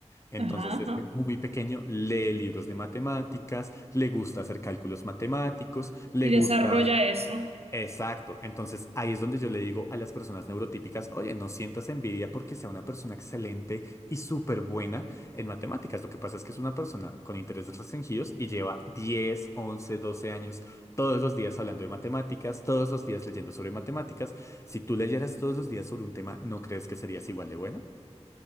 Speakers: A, on the left (about 25°); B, on the right (about 60°).
A: Entonces,
B: Ajá,
A: desde
B: ajá.
A: muy pequeño lee libros de matemáticas, le gusta hacer cálculos matemáticos, le
B: y desarrolla
A: gusta
B: eso.
A: Exacto. Entonces ahí es donde yo le digo a las personas neurotípicas, oye, no sientas envidia porque sea una persona excelente y súper buena en matemáticas. Lo que pasa es que es una persona con intereses restringidos y lleva 10, 11, 12 años todos los días hablando de matemáticas, todos los días leyendo sobre matemáticas. Si tú leyeras todos los días sobre un tema, ¿no crees que serías igual de bueno?